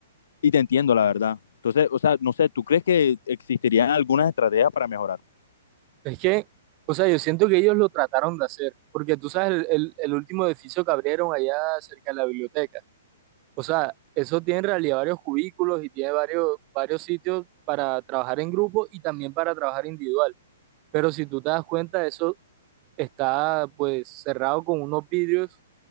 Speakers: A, on the left (about 70°); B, on the right (about 30°).
A: Y te entiendo, la verdad. Entonces, o sea, no sé, ¿tú crees que existirían algunas estrategias para mejorar?
B: Es que, o sea, yo siento que ellos lo trataron de hacer, porque tú sabes, el, el, el último edificio que abrieron allá cerca de la biblioteca, o sea, eso tiene en realidad varios cubículos y tiene varios, varios sitios para trabajar en grupo y también para trabajar individual. Pero si tú te das cuenta, eso está pues cerrado con unos vidrios,